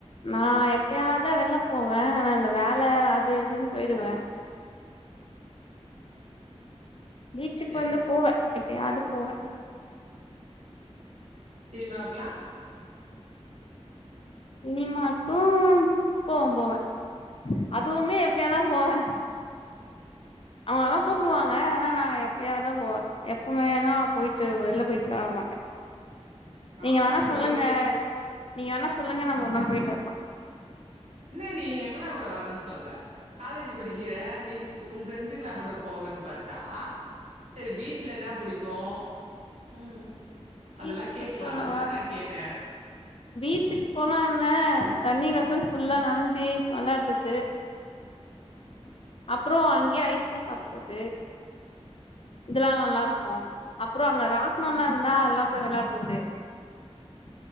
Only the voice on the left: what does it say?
நா எப்பயாதா வெளில போவே ஆனா இந்த வேல அது இதுன்னு போய்டுவே பீச்சுக்கு
வந்து போவே எப்பயாது போவே
சினிமாக்கு போவே போவே அதுவுமே எப்பயாதுதா போவே அவங்களாதா கூப்டுவாங்க ஆனா நா எப்பயாதுதா போவே எப்பமேதா போயிட்டு வெளில போயிட்டுல்லா வர மாட்டே
நீங்க வேணா சொல்லுங்க
நீங்க வேணா சொல்லுங்க நம்ம ஒரு நாள் போயிட்டு வரலா
பீச்சுக்கு
போனா
பீச்சுக்கு போனா என்ன தண்ணில போய் ஃபுல்லா நனைைஞ்சு வெனாட்றது அப்ற அங்கயே ஐஸ்க்ரீம் சாப்புட்றது இதெல்லா நல்லாருக்கு அப்ற அங்க ராட்னல்லா இருந்தா எல்லா போய் வெளாட்றது